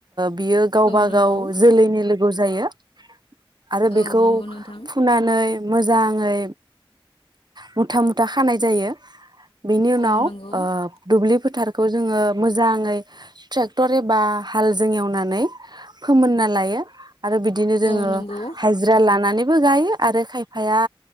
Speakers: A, on the right; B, on the left.
A: बियो गावबा
B: औ नंगौ
A: गाव जोलैनि लोगो जायो आरो बेखौ
B: औ नंगौ नोंथां
A: फुनानै मोजाङै मुथा मुथा। खानाय जायो। बेनि उनाव
B: औ नंगौ
A: दुब्लि फोथारखौ जोङो मोजाङै ट्रेक्टर एबा हालजों एवनानै फोमोनना लायो। आरो बिदिनो जोङो
B: औ नंगौ
A: हाजिरा लानानैबो गायो आरो खायफाया